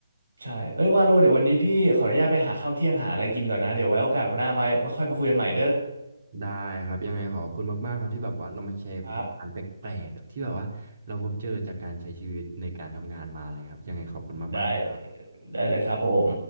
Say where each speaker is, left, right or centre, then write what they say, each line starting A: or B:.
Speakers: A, on the right; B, on the right.
A: ใช่เอ้ยวาโลเดี๋ยววันนี้พี่ขออนุญาตไปหาข้าวเที่ยงหาอะไรกินก่อนนะเดี๋ยวไว้โอกาสหน้ามามาค่อยมาคุยกันใหม่เด้อ
B: ได้ครับยังไงขอบคุณมากๆครับที่แบบว่าเรามาแชร์ประสบการณ์แปลกๆที่แบบว่าเราพบเจอจากการใช้ชีวิตในการทำงานมาอะไรครับยังไงขอบคุณมากๆครับ
A: ครับได้ได้เลยครับผม